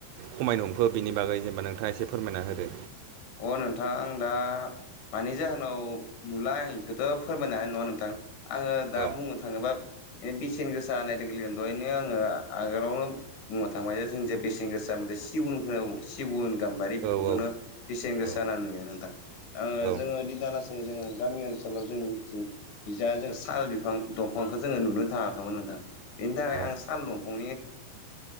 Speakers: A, on the right; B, on the left.
A: खमायनो हमखो बिनि बागै जेनेबा नोंथाङा एसे फोरमायना होदो।
B: अ नोंथाङा आं दा मानि जाहोनाव नुला आं बेखौथ' फोरमायनो हानाय नङा नोंथां। आङो दा
A: औ
B: बुंनो थाङोबा बेसेन गोसा होनानाय लोगो लोग दहायनो आङो आगोलावनो बुंनोथांनोबा जों जाय बेसेन गोसा जोन सिगुननो खोनो, सिगुन गाम्बारि
A: औ
B: बेफोरखौनो
A: औ
B: बेसेन गोसा
A: औ
B: होना नुयो नोंथां
A: औ
B: जोङो दिना आल गासै जोङो गामि ओनसोलाव जोंनिथिं बि जों साल बिफां दंफांखौ जोङो नुनो थाङाखैमोन नोथां। बेनि थाखाय
A: औ
B: आं साल दंफांनि